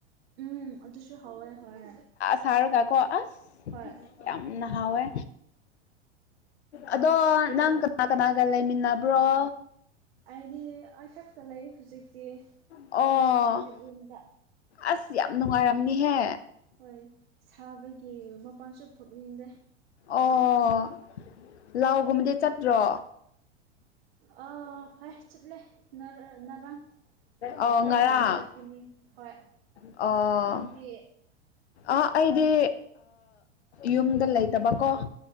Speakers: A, on the right (about 60°); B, on the left (about 70°).
A: ꯎꯝ ꯑꯗꯨꯁꯨ ꯍꯥꯎꯋꯦ ꯍꯣꯏ
B: ꯁꯔꯒꯥꯛ ꯑ
A: ꯍꯣꯏ
B: ꯌꯥꯝꯅꯍꯥꯎꯦ ꯑꯗꯣ
A: ꯏꯔꯣꯡ
B: ꯅꯪ ꯀꯅꯥ ꯀꯅꯥꯒ ꯂꯩꯃꯤꯟꯅꯕ꯭ꯔꯣ
A: ꯑꯩꯗꯤ ꯑꯩꯈꯛꯇ ꯂꯩ ꯍꯧꯖꯤꯛꯇꯤ
B: ꯑꯣ
A: ꯌꯨꯝꯗ ꯑꯩꯒꯤ ꯔꯨꯝꯗ
B: ꯑꯁ ꯌꯥꯝ ꯅꯨꯡꯉꯥꯏꯔꯝꯅꯤꯍꯦ
A: ꯍꯣꯏ ꯁꯥꯕꯒꯤ ꯃꯄꯥꯟꯁꯨ ꯊꯣꯛꯅꯤꯡꯗꯦ
B: ꯑꯣ ꯂꯧꯒꯨꯝꯕꯗꯤ ꯆꯠꯇ꯭ꯔꯣ
A: ꯑ ꯍꫭꯏ ꯆꯠꯂꯤ ꯅꯔꯥꯡ
B: ꯑꯣ
A: ꯍꯌꯦꯡꯁꯨ
B: ꯉꯔꯥꯡ
A: ꯆꯠꯀꯅꯤ ꯍꯣꯏ
B: ꯑꯣ
A: ꯅꯪꯗꯤ
B: ꯑꯩꯗꯤ ꯌꯨꯝꯗ ꯂꯩꯇꯕꯀꯣ